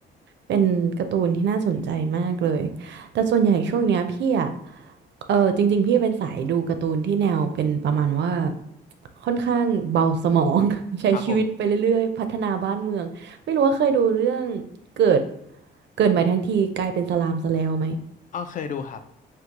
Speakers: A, on the right; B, on the left.
A: เป็นการ์ตูนที่น่าสนใจมากเลยแต่ส่วนใหญ่ช่วงเนี้ยพี่อะ เออจริงๆพี่เป็นสายดูการ์ตูนที่แนวเป็นประมาณว่าค่อนข้างเบาสมอง <laughs> ใช้ชีวิตไปเรื่อยๆพัฒนาบ้านเมืองไม่รู้ว่าเคยดูเรื่อง
B: ครับผม
A: เกิดเกิดใหม่ทั้งทีกลายเป็นสลามสแลวไหม
B: อ๋อเคยดูครับ